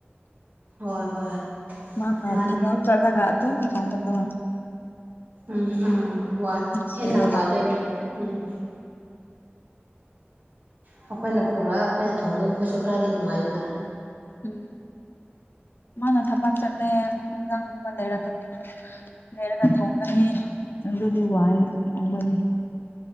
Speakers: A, on the right; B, on the left.
A: ꯍꯣꯏ ꯍꯣꯏ
B: ꯃꯥꯅ
A: ꯃꯥꯅꯦ
B: ꯊꯕꯛ ꯆꯠꯂꯒ ꯑꯗꯨ ꯝ ꯊꯣꯡꯒꯗꯣ
A: ꯎꯝ ꯎꯝ ꯋꯥꯠ
B: ꯅꯨꯡꯁꯤꯌꯦꯕ
A: ꯍꯦꯟꯅ ꯋꯥꯗꯣꯏꯅꯦꯕ ꯎꯝ ꯑꯩꯈꯣꯏꯅ ꯄꯨꯔꯒ ꯑꯩꯈꯣꯏꯅ ꯊꯣꯡꯗꯣꯏꯕ ꯃꯈꯣꯏꯁꯨ ꯈꯔꯗꯤ ꯅꯨꯡꯉꯥꯏꯗꯨꯅ
B: ꯎꯝ ꯃꯥꯅ ꯊꯕꯥꯛ ꯆꯠꯂꯦ ꯏꯟꯖꯥꯡꯒꯨꯝꯕ ꯂꯩꯔꯛꯀꯅꯤꯅ ꯂꯩꯔꯒ ꯊꯣꯡꯒꯅꯤ ꯑꯗꯨꯗꯤ ꯋꯥꯏꯑꯦ ꯍꯥꯏꯕꯒꯤ